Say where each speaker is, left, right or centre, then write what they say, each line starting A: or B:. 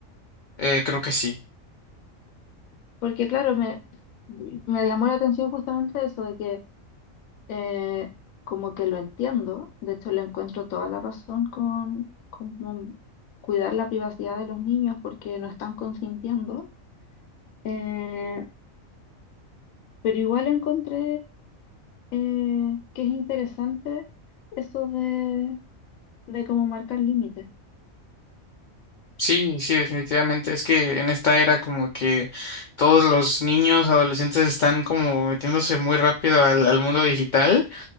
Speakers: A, on the left; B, on the left.
A: Eh, creo que sí.
B: Porque claro, me, me llamó la atención justamente eso de que eh, como que lo entiendo, de hecho le encuentro toda la razón con, con como cuidar la privacidad de los niños porque no están consintiendo Eh, pero igual encontré eh, que es interesante eso de, de cómo marcar límites.
A: Sí, sí, definitivamente. Es que en esta era como que todos los niños, adolescentes están como metiéndose muy rápido al, al mundo digital.